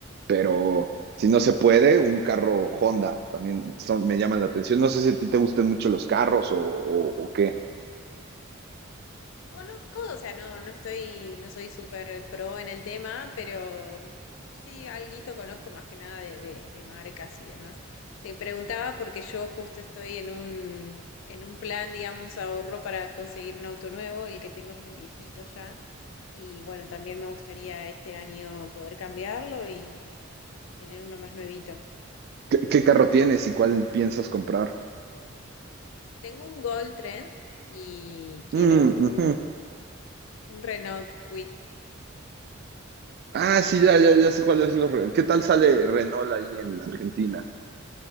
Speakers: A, on the right (about 50°); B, on the left (about 70°).
A: pero si no se puede, un carro Honda también son- me llaman la atención. No sé si a ti te gustan mucho los carros o, o- o qué.
B: Conozco, o sea, no, no estoy, no soy súper pro en el tema, pero sí, alguito conozco más que nada de, de, de marcas y demás. Te preguntaba porque yo justo estoy en un, en un plan, digamos, ahorro para conseguir un auto nuevo, el que tengo es muy viejito ya, y bueno, también me gustaría este año poder cambiarlo y, y tener uno más nuevito.
A: qué. qué carro tienes y cuál piensas comprar?
B: Tengo un Gold Trend y quiero
A: Mm,
B: un,
A: ujú.
B: un Renault Kwid
A: Ah, sí, ya, ya, ya sé cuál es. Los... re- ¿Qué tal sale Renault ahí en Argentina?